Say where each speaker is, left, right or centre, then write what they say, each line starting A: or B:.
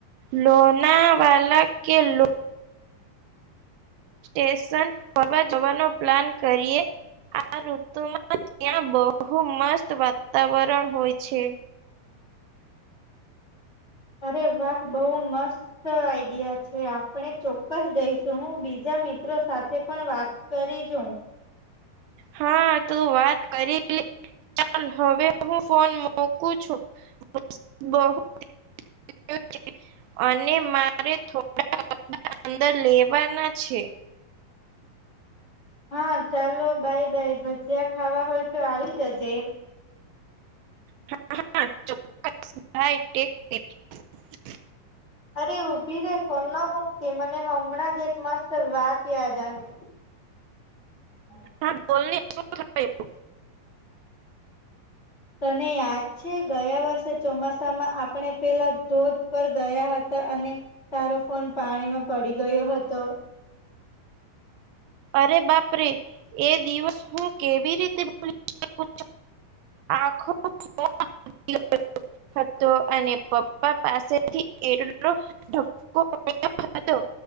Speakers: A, on the right; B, on the left.
A: લોનાવાલા કે લો સ્ટેશન ફરવા જવાનો પ્લાન કરીએ. આ ઋતુમાં ત્યાં બહુ મસ્ત વાતાવરણ હોય છે.
B: <inaudible> અરે વાહ બહુ મસ્ત આઈડિયા છે, આપણે ચોક્કસ જઈશું હું બીજા મિત્રો સાથે પણ વાત કરી જોઉ.
A: હા તું વાત કરી લે. ચાલ હવે હું ફોન મોકું છું બહુ ટા થયો છે અને મારે થોડા અંદર લેવાના છે.
B: <inaudible> હા ચાલો બાય બાય ભજીયા ખાવા હોય તો આવી જજે.
A: હા હ ચોક્કસ બાયટેક <unintelligible>
B: અરે ઊભી રે ફોન ન મુકતી મને હમણાં જ એક મસ્ત વાત યાદ આવી. <inaudible>
A: હ બોલને શું થયુ.
B: તને યાદ છે ગયા વર્ષે ચોમાસામાં આપણે પેલા ધોધ પર ગયા હ તા અને તારો ફોન પાણીમાં પડી ગયો હતો.
A: અરે બાપરે એ દિવસ હું કેવી રીતે ભૂલી જવું. આખો <inaudible> હતો અને પપ્પા પાસેથી એટલો ધક્કો ખાધો.